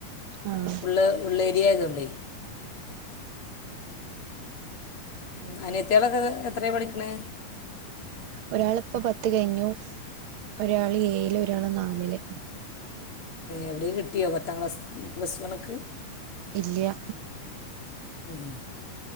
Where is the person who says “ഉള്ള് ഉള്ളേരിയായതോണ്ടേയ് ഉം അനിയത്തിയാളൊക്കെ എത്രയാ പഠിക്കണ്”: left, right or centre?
Left